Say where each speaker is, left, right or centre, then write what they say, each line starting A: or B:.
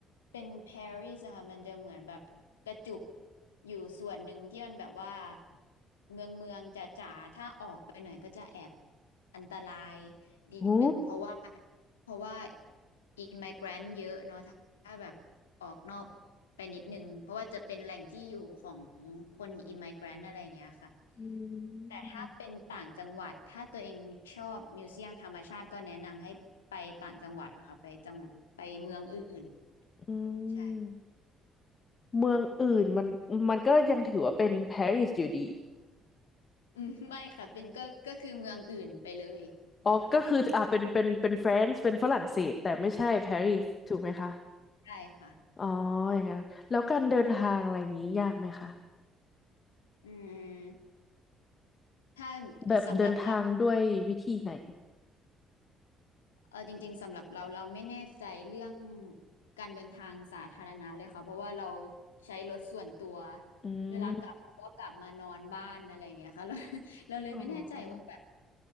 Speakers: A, on the left; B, on the left.
A: เป็นปารีสอะค่ะมันจะเหมือนแบบกระจุกอยู่ส่วนหนึ่งที่มันแบบว่าเมืองเมืองจ๋าจ๋าถ้าออกไปหน่อยก็จะแอบอันตรายนิดหนึ่งเพราะว่า
B: โอ้
A: เพราะว่าอิม g ก a รนต์เยอะเนาะถ้าถ้าแบบออกนอกไปนิดหนึ่งเพราะว่าจะเป็นแหล่งที่อยู่ของคนอิม g ก a รนต์อะไรอย่างเงี้ยค่ะ
B: อื
A: แต่ถ้าเป็นต่างจังหวัดถ้าตัวเองชอบมิวเซียมธรรมชาติก็แนะนำให้ไปต่างจังหวัดค่ะไปจังไปเมืองอื่น
B: มอื
A: ใช่
B: มเมืองอื่นมันมันก็ยังถือว่าเป็นปารีสอยู่ดี
A: <laughs> อืมไม่ค่ะเป็นก็ก็คือเมืองอื่นไปเลย
B: อ๋อก็คืออ่ะเป็นเป็นเป็นแฟรนซ์เป็นฝรั่งเศสแต่ไม่ใช่ปารีสถูกไหมคะ
A: ค่ะใช่ค่ะ
B: อ๋ออย่างนั้นแล้วการเดินทางอะไรอย่างนี้ยากไหมคะ
A: อืมถ้า
B: แบบเดินทางด้วยวิธีไหน
A: สำหรับเราเออจริงๆสำหรับเราเราไม่แน่ใจเรื่องการเดินทางสาธารณะเลยค่ะเพราะว่าเราใช้รถส่วนตัว
B: อืม
A: เวลากลับเราก็กลับมานอนบ้านอะไรอย่างเงี้ยค่ะ <laughs> เราเราเลยไม่แน่ใจว่าแบบ
B: อ๋อ